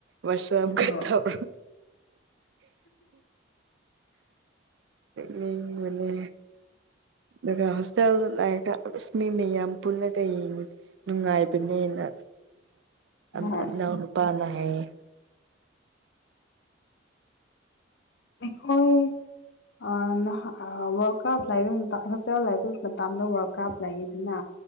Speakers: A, on the right; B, on the left.
A: ꯋꯥꯔꯁꯞꯀ
B: ꯃꯥꯁꯨ
A: ꯇꯧꯔ ꯅꯣꯛꯅꯤꯡꯕꯅꯦ ꯑꯗꯨꯒ ꯍꯣꯁꯇꯦꯜꯗ ꯂꯩꯑꯒ ꯑꯁ ꯃꯤ ꯃꯌꯥꯝ ꯄꯨꯟꯂꯒ ꯌꯦꯡꯕ ꯅꯨꯡꯉꯥꯏꯕꯅꯦꯅ <unintelligible>
B: ꯍꯣꯏ
A: ꯅꯨꯄꯥꯅ ꯍꯥꯏꯌꯦ
B: ꯑꯩꯈꯣꯏ ꯑꯥ ꯅꯍꯥ ꯑꯥ ꯋꯥꯔꯜ ꯀꯞ ꯂꯩꯕ ꯃꯇꯝ ꯍꯣꯁꯇꯦꯜ ꯂꯩꯕ ꯃꯇꯗ ꯋꯥꯔꯜ ꯀꯞ ꯂꯩꯌꯦꯗꯅ